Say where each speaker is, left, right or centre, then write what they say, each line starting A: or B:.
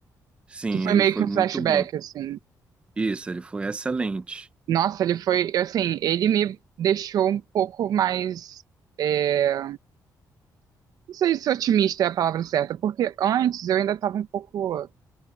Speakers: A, on the right; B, on the right.
A: Sim,
B: que foi
A: ele
B: meio
A: foi
B: que um
A: muito
B: flashback,
A: bom.
B: assim.
A: Isso, ele foi excelente.
B: Nossa, ele foi. eu, Assim, ele me deixou um pouco mais. é, não sei se otimista é a palavra certa, porque antes eu ainda tava um pouco. Não